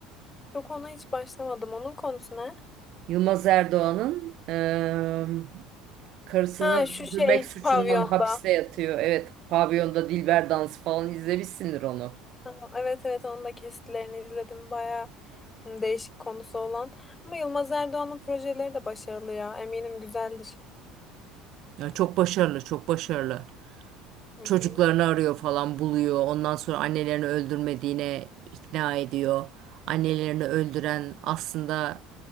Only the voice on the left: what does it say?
yok ona hiç başlamadım. Onun konusu ne?
Ha
şu şey
pavyonda.
Tamam, Evet evet onun da kesitlerini izledim. Bayağı hı, değişik konusu olan. Ama Yılmaz Erdoğan'ın projeleri de başarılı ya. Eminim güzeldir.
Hı
hı.